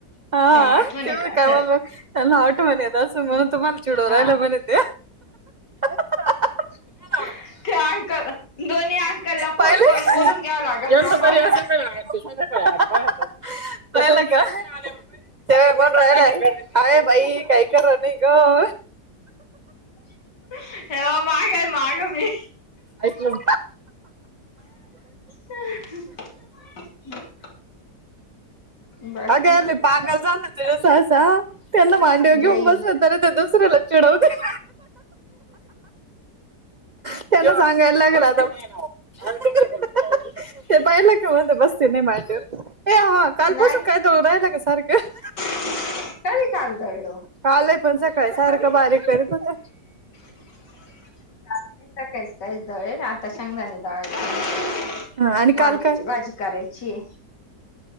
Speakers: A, on the right (about 80°); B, on the left (about 80°).
A: हा
B: आठवण
A: ते
B: येत
A: बघ...
B: असेल
A: काय म्हणालाय... त्यांना आठवण येत असल... म्हणून... तुम्हाला चिडवू
B: हा
A: राहायला म्हणे ते हां हां हां
B: <unintelligible> अंकल दोन्ही अंकलला...
A: पाहिलं
B: फोन करून...
A: का?
B: बोलून घ्यावं लागल...
A: यांचं
B: थांबा
A: तरी असेल <unintelligible> कळलं का... सेवया बनवू राहायलाय... आरे भाई काय खरं नई गं
B: <unintelligible> मागं ये... मागं मी
A: ऐकलं
B: हं <unintelligible> बाकी
A: अगं ते पागल झालं ते असं असा... त्याना मांडीवर घेऊन
B: लई
A: बसलं... तरी ते दुसऱ्याला चिडवतील <unintelligible> त्यांना सांगाय लागल आता हे पाहिलं का... म्हणतं बसती नई मांडी वर कालपासून
B: नाही
A: काय दावू राहिलं गं सारखं
B: <inaudible> कधी काल दळलं?
A: कालय पण सकाळी... सारखं बारीक करीत होता
B: <inaudible> नाचणी... सकाळीच... काळीच दळेल... आता शेंगदाणे दळाया टाकले
A: हा आणि काल
B: वांग्याची
A: काय
B: भाजी करायचीए